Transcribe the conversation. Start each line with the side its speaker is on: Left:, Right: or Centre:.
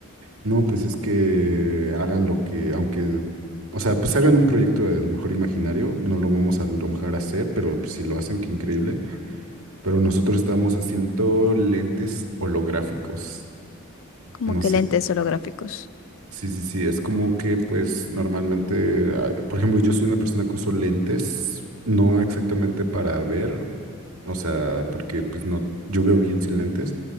Right: no, pues es que hagan lo que, aunque... O sea, pues hagan un proyecto de, lo mejor imaginario, no lo vamos a, a lo mejor a hacer, pero pues, si lo hacen, qué increíble Pero nosotros estábamos haciendo lentes holográficos.
Left: Como
Right: No
Left: que
Right: sé.
Left: lentes holográficos.
Right: Sí, sí, sí. Es como que, pues, normalmente, ah, por ejemplo, yo soy una persona que uso lentes, no exactamente para ver, o sea, porque pues no, yo veo bien sin lentes,